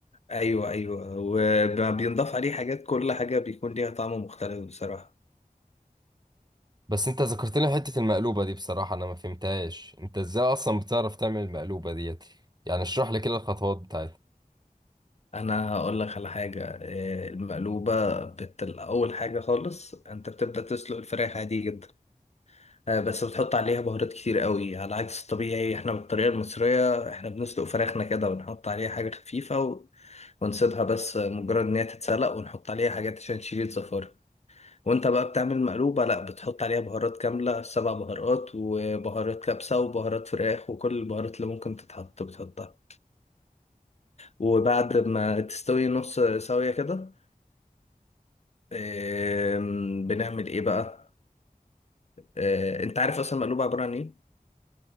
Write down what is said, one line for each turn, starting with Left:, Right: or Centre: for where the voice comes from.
Left: ايوه وبينضاف عليه حاجات كل حاجه بيكون ليها طعم مختلف بصراحه
Right: بس انت ذكرت لي حته المقلوبه دي بصراحه انا ما فهمتهاش انت ازاي اصلا بتعرف تعمل المقلوبه ديت يعني اشرح لي كده الخطوات بتاعتها
Left: انا هقول لك على حاجه إيه، المقلوبه بت... اول حاجه خالص انت بتبدا تسلق الفراخ عادي جدا آه، بس بتحط عليها بهارات كتير قوي على عكس الطبيعي احنا بالطريقه المصريه احنا بنسلق فراخنا كده ونحط عليها حاجه خفيفه و... ونسيبها بس آه، مجرد ان هي تتسلق ونحط عليها حاجات عشان تشيل الزفاره وانت بقى بتعمل مقلوبه لا بتحط عليها بهارات كامله سبع بهارات وبهارات كبسه وبهارات فراخ وكل البهارات اللي ممكن تتحط بتحطها وبعد ما تستوي نص سوية كده آم، بنعمل ايه بقى آه، انت عارف اصلا المقلوبه عباره عن ايه